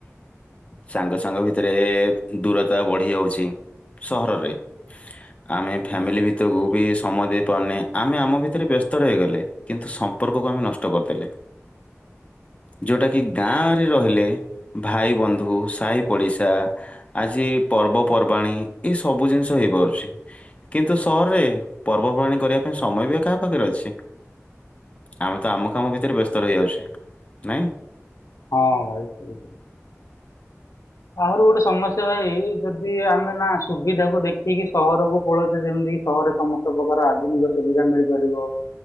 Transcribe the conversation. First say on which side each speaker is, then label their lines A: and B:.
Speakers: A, on the left (about 25°); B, on the left (about 85°).
A: ସାଙ୍ଗ ସାଙ୍ଗ ଭିତରେ ଦୂରତା ବଢ଼ି ଯାଉଚି ସହରରେ। ଆମେ
B: ହୁଁ।
A: ଫ୍ୟାମିଲି ଭିତରକୁ ବି ସମୟ ଦେଇପାରୁନେ। ଆମେ ଆମ ଭିତରେ ବ୍ୟସ୍ତ ରହିଇଗଲେ କିନ୍ତୁ ସମ୍ପର୍କକୁ ଆମେ ନଷ୍ଟ କରିଦେଲେ। ଯୋଉଟା କିି ଗାଁରେ ରହିଲେ ଭାଇ ବନ୍ଧୁ ସାହି ପଡ଼ିଶା ଆଜି ପର୍ବପର୍ବାଣିୀ ଏ ସବୁ ଜିନିଷ ହେଇପାରୁଚି। କିନ୍ତୁ ସହରରେ ପର୍ବପର୍ବାଣୀ କରିବା ପାଇଁ ସମୟ ବି ଆଉ କାହା ପାଖରେ ଅଛି? ଆମେ ତ ଆମ କାମ ଭିତରେ ବ୍ୟସ୍ତ ରହିଯାଉଚେ। ନାଇଁ?
B: ହଁ ଭାଇ ସେମିତି ଆହୁରି ଗୋଟେ ସମସ୍ୟା ଭାଇ ଯଦି ଆମେ ନାଁ ସୁବିଧାକୁ ଦେଖିକି ସହରକୁ ପଳଉଚେ ଯେମିତି କି ସହରରେ ସମସ୍ତ ପ୍ରକାର ଆଧୁନିକ ସୁବିଧା ମିଳିପାରିବ